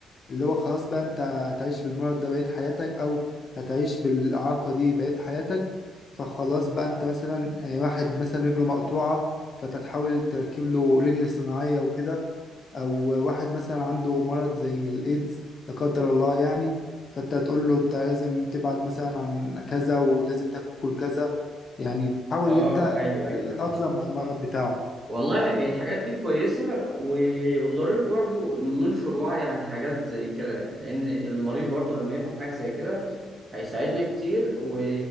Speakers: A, on the left; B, on the right.
A: اللي هو خلاص بقى انت هتعيش بالمرض ده بقية حياتك او هتعيش بالإعاقة دي بقية حياتك فخلاص بقى انت مثلا آه، واحد مثلا رجله مقطوعة فتتحاول تركب له رجل صناعية وكده او واحد مثلا عنده مرض زي الايدز لا قدر الله يعني فانت تقول له انت لازم تبعد مثلا عن كذا ولازم تاكل كذا يعني بتحاول
B: اه
A: ان انت
B: ايوه
A: تخليه
B: ايوه
A: يتأقلم
B: ايوه
A: مع المرض بتاعه
B: والله الحاجات دي كويسة و- وضروري برضو ننشر وعي عن حاجات زي كده يعني لأن المريض برضو لما يفهم حاجة زي كده هيساعدنا كتير و...